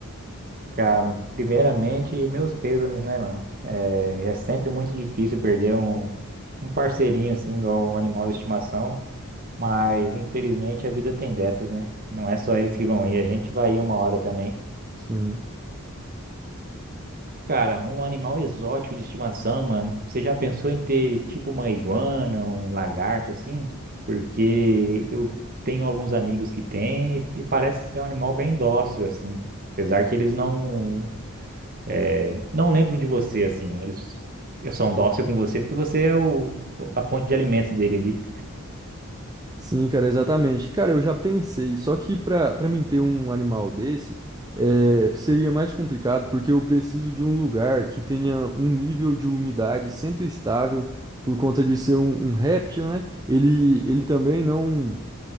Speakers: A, on the right (about 40°); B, on the right (about 15°).
A: Cara, primeiramente, meus pêsames, né, mano? É, é sempre muito difícil perder um, um parceirinho assim, igual um animal de estimação, mas infelizmente a vida tem dessas, né? Não é só eles que vão ir, a gente vai ir uma hora também.
B: Sim.
A: Cara, um animal exótico de estimação, mano. Você já pensou em ter tipo uma iguana, um lagarto assim? Porque eu tenho alguns amigos que têm e e parece ser um animal bem dócil assim, apesar que eles não é, não lembram de você assim. Eles são dóceis com você porque você é o, a fonte de alimentos dele
B: Sim, cara, exatamente. Cara, eu já pensei, só que pra para mim ter um animal desse, é, seria mais complicado, porque eu preciso de um lugar que tenha um nível de umidade sempre estável, por conta de ser um, um réptil, né? Ele, ele também não.